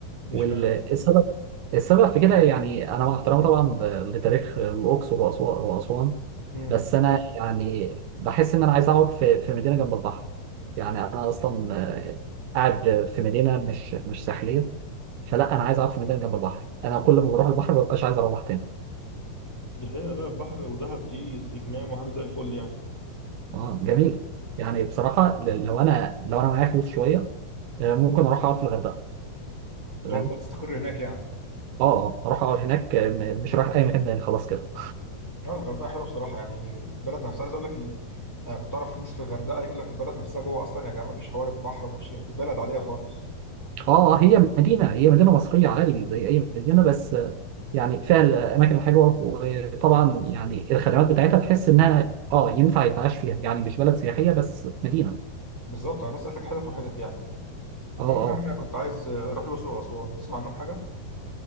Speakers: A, in the centre; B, on the right.
A: اشمعنى
B: والسبب السبب في كده يعني انا مع احترامي طبعا لتاريخ الاقصر وأسوا- واسوان
A: امم
B: بس انا يعني بحس ان انا عايز اقعد في في مدينه جنب البحر يعني انا اصلا آه، قاعد في مدينه مش مش ساحليه فلا انا عايز اقعد في مدينه جنب البحر انا كل ما بروح البحر ما ببقاش عايز اروح تاني
A: دي حقيقة لا البحر ودهب دي استجمام وحاجة زي الفل يعني
B: اه جميل يعني بصراحه ل- لو انا لو انا معايا فلوس شويه آه، ممكن اروح اقعد في الغردقه تمام
A: تقعد بقى تستقر هناك يعني
B: اه اه اروح اقعد هناك آه، م- مش رايح اي مكان تاني خلاص كده
A: اه الغردقه حلوه بصراحه يعني البلد نفسها عايز اقول لك ال... انا كنت اعرف ناس في الغردقه يقول لك البلد نفسها جوه اصلا يا جماعه ما فيش حوار البحر وما فيش البلد عاديه خالص
B: اه هي مدينة هي مدينة مصرية عادي زي أي مدينة بس آه، يعني فيها الأماكن الحلوة وطبعا يعني الخدمات بتاعتها تحس إنها اه ينفع يتعاش فيها يعني مش بلد سياحية بس مدينة
A: بالظبط انا سالتك حتت وحتت يعني
B: اه
A: المهم
B: اه
A: يا عم انا كنت عايز اروح الاقصر واسوان تسمع عنهم حاجه